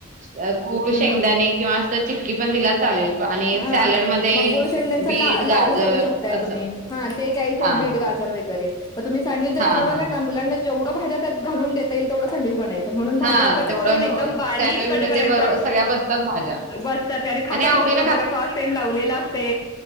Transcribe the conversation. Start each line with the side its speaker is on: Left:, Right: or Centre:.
Right: अ गुळ
Left: हम्म.
Right: शेंगदाणे किंवा असं चिक्की पण दिला चालेल. प- आणि
Left: हा
Right: सॅलड मध्ये
Left: मग गुळशंड्यांचा
Right: बीट
Left: ला लाडू
Right: गाजर
Left: करू शकताय,
Right: असं
Left: तुम्ही हा दयायच
Right: हा
Left: बीट
Right: हा
Left: गाज तर <unintelligible> मग तम्ही सँडविच जरी
Right: हा
Left: बनलाय
Right: हा
Left: ना,
Right: हा
Left: मुलां जेवढ्या भाज्यात घलून दे येई तेवढं सँडविच बचं म्हणून भाज्या
Right: हा
Left: कट
Right: तेवढं
Left: करून एकदम
Right: होय
Left: बारीक
Right: सँडविच
Left: कट
Right: मध्ये
Left: करायच्या
Right: बरो सगळ्या बसतात भाज्या
Left: बसतात. <unintelligible>
Right: आणि आवडीत
Left: <unintelligible> जरा फट सेंड लावलेला असते